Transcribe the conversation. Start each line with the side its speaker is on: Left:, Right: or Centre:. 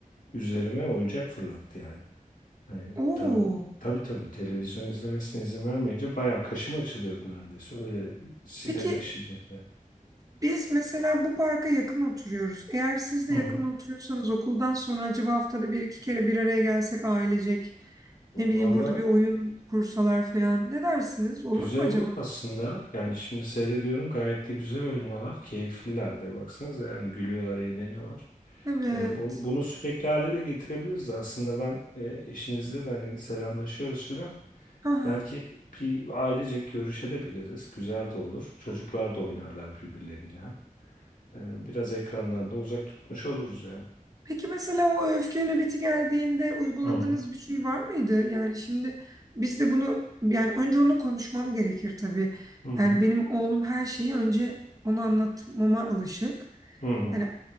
Left: Üzerime oyuncak fırlattı yani. Hani
Right: Oo.
Left: tabii tabii tabii televizyon izlemesine izin vermeyince bayağı kaşım açılıyordu neredeyse. Öyle sinirle
Right: Peki
Left: şiddetle.
Right: Biz mesela bu parka yakın oturuyoruz. Eğer siz de
Left: Hı
Right: yakın
Left: hı.
Right: oturuyorsanız okuldan sonra acaba haftada bir iki kere bir araya gelsek ailecek, ne bileyim
Left: Valla
Right: burada bir oyun kursalar falan ne dersiniz? Olur
Left: güzel
Right: mu acaba?
Left: olur aslında. Yani şimdi seyrediyorum gayet de güzel oynuyorlar. Keyifliler de baksanıza yani gülüyorlar, eğleniyorlar.
Right: Evet.
Left: E, bu- bunu sürekli hale de getirebiliriz aslında. Ben e, eşinizle de hani selamlaşıyoruz filan.
Right: Aha.
Left: Belki bir ailecek görüşebiliriz. Güzel de olur. Çocuklar da oynarlar birbirleriyle. Ee, biraz ekrandan da uzak tutmuş oluruz yani.
Right: Peki mesela o öfke nöbeti geldiğinde uyguladığınız
Left: Hı hı.
Right: bir şey var mıydı? Yani şimdi biz de bunu yani önce onu konuşmam gerekir tabii.
Left: Hı hı.
Right: Yani benim oğlum her şeyi önce ona anlatmama alışık.
Left: Hı hı.
Right: Yani.